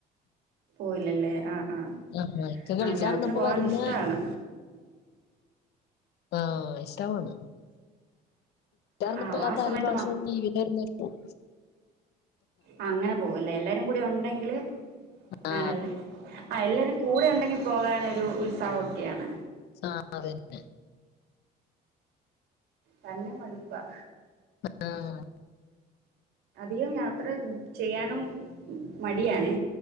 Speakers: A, on the right; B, on the left.
A: പോയില്ലല്ലേ ആഹ് ആഹ്
B: ആഹ ഇക്കെ കളിച്ചർന്നപ്പ
A: ആഹ് യാത്ര പോവാൻ
B: വരുന്ന
A: ഇഷ്ടാണ്
B: ആഹ ഇഷ്ടാണ് ഇന്നപ്പോ
A: ആഹ്
B: ആ തല്
A: സമയത്ത്
B: ഭാഷയും
A: മാ
B: ജീവിന വും
A: ആ അങ്ങനെ പോകല്ലേ എല്ലാരും കൂടി ഉണ്ടെങ്കിൽ
B: ആ
A: ആണല്ലേ ആ എല്ലാരും കൂടെ ഉണ്ടെങ്കിൽ പോകൻ ഒരു ഉത്സാഹംൊക്കെയാണ്
B: സാറന്നെ
A: തന്നെ മടുപ്പാ
B: ആഹ
A: അധികം യാത്ര ചെയ്യാനും മടിയണേ